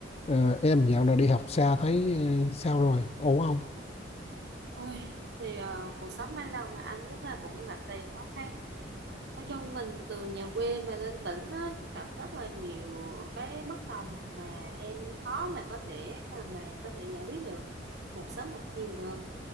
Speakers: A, on the left; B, on the right.
A: Ờ, em dạo này đi học xa thấy ờ, sao rồi ổn không
B: Ôi, thì ờ, cuộc sống ban đầu mà anh lúc nào cũng gặp đầy khó khăn. Nói chung mình từ nhà quê mà lên tỉnh á, gặp rất là nhiều cái bất đồng mà em khó mà có thể mà mà có thể giải quyết được một sớm một chiều được.